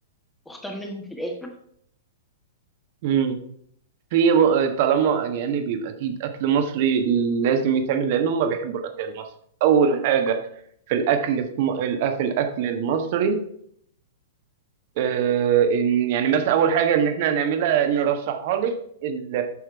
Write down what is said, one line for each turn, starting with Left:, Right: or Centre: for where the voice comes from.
Centre: واختار منهم في الاخر
Right: مم. في ب- طالما يعني بيبقى اكيد اكل مصري لازم يتعمل لان هم بيحبوا الاكل المصري اول حاجه في الاكل في, م... ال- في الاكل المصري آه إن يعني مثلا اول حاجه ان احنا هنعملها نرشحها لك ال-